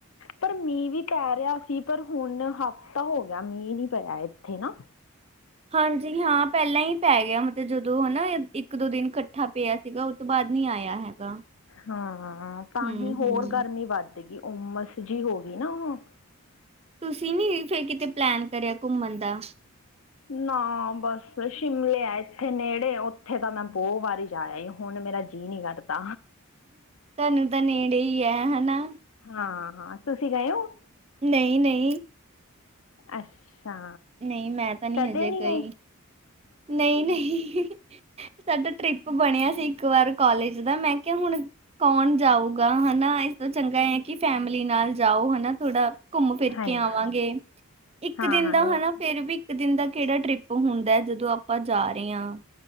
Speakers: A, on the left; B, on the right.
A: ਪਰ ਮੀਂਹ ਵੀ ਪੈ ਰਿਆ ਸੀ ਪਰ ਹੁਨ ਹਫ਼ਤਾ ਹੋ ਗੇਆ ਮੀਂਹ ਨੀ ਪਿਆ ਏਥੇ ਨਾ।
B: ਹਾਂਜੀ ਹਾਂ ਪੈਲਾਂ ਈ ਪੈ ਗਿਆ ਮਤਲਬ ਜਦੋਂ ਹਨਾ ਇੱਕ ਦੋ ਦਿਨ ਕੱਠਾ ਪਿਆ ਸੀਗਾ। ਬਾਦ ਨੀ ਆਏਆ ਹੈਗਾ।
A: ਹਾਂ ਤਾਂਹੀ
B: ਹੂੰ
A: ਹੋਰ
B: ਹੂੰ
A: ਗਰਮੀ ਵੱਧਗੀ, ਉਮਸ ਜੀ ਹੋ ਗਈ ਨਾ ਹੁਨ।
B: ਤੁਸੀਂ ਨੀ ਫੇਰ ਕਿਤੇ ਪਲੈਨ ਕਰਿਆ ਘੁੰਮਨ ਦਾ।
A: ਨਾ ਬਸ ਸ਼ਿਮਲੇ ਐ ਏਥੇ ਨੇੜੇ, ਓਥੇ ਤਾਂ ਮੈਂ ਬੋ ਵਾਰੀ ਜਾ ਆਏ ਹੁਨ ਮੇਰਾ ਜੀਅ ਨੀ ਕਰਦਾ।
B: ਤਾਨੂੰ ਤਾਂ ਨੇੜੇ ਈ ਐ ਹਨਾ।
A: ਹਾਂ-ਹਾਂ ਤੁਸੀਂ ਗਏ ਓਂ।
B: ਨਈ-ਨਈ।
A: ਅੱਛਾ।
B: ਨਈ ਮੈਂ ਤਾਂ ਨੀ
A: ਕਦੇ
B: ਹਜੇ ਗ‌ਈ,
A: ਗਏ
B: ਨ‌ਈ-ਨਈ। ਸਾਡਾ ਟ੍ਰਿਪ ਬਨੇਆ ਸੀ ਇੱਕ ਵਾਰ ਕੋਲਜ ਦਾ ਮੈਂ ਕਿਆ ਹੁਨ ਕੌਨ ਜਾਊਗਾ ਹਨਾ ਏਸ ਤੋਂ ਚੰਗਾ ਐ ਕੀ ਫੈਮਿਲੀ ਨਾਲ ਜਾਓ ਹਨਾ ਥੋੜਾ ਘੁੰਮ ਫਿਰ
A: ਹਾਂਜੀ
B: ਕੇ ਆਵਾਂਗੇ, ਇੱਕ
A: ਹਾਂ
B: ਦਿਨ
A: ਹਾਂ
B: ਦਾ
A: ਇਹ
B: ਹ ਫੇਰ ਵੀ ਇੱਕ ਦਿਨ ਦਾ ਕੇੜਾ ਟਰਿਪ ਹੁੰਦਾ ਜਦੋਂ ਆਪਾਂ ਜਾ ਰੇ ਆਂ।